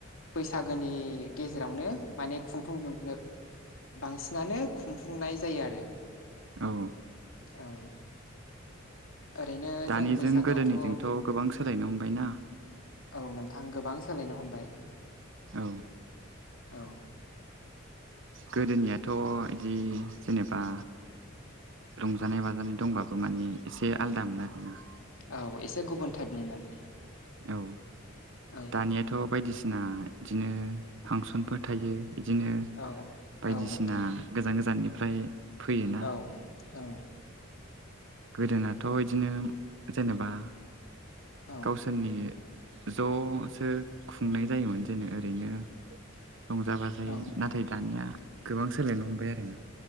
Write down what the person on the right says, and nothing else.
औ
दानिजों
गोदोनिजोंथ' गोबां सोलायनो हमबायना
औ
गोदोनियाथ' बिदि जेनेबा रंजानाय बाजानाय दंबाबो माने एसे आलदामोन आरोना
औ
दानियाथ' बायदिसिना बिदिनो फांसनफोर थायो बिदिनो
बायदिसिना
गोजान गोजाननिफ्राय फैयोना
गोदोनाथ' बिदिनो जेनेबा
गावसोरनि ज'सो खुंनाय जायोमोन जेननो ओरैनो रंजा बाजायै
नाथाय दानिया गोबां सोलायनो हमबाय आरो ना